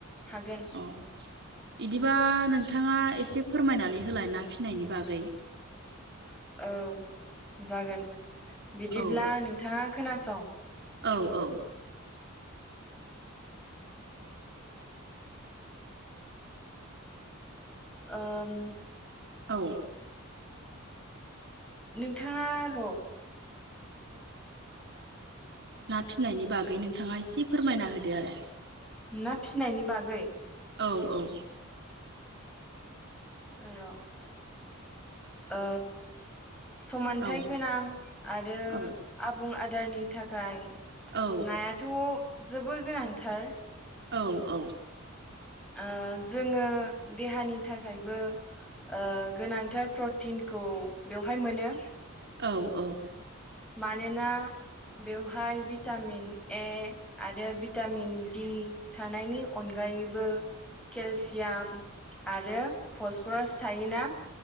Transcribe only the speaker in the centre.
हागोन
औ जागोन बिदिब्ला
नोंथाङा खोनासं।
ओम
नोंथाङा र'
ना फिनायनि बागै
र' ओ समानथाइ
गोनां आरो
आबुं आदारनि थाखाय
नायाथ' जोबोर गोनांथार।
ओ जोङो देहानि थाखायबो ओ गोनांथार प्रटिनखौ बेवहाय मोनो।
मानोना बेवहाय भिटामिन ए आरो भिटामिन डि थानायनि अनगा गायैबो केलसियाम आरो फसफरास थायोना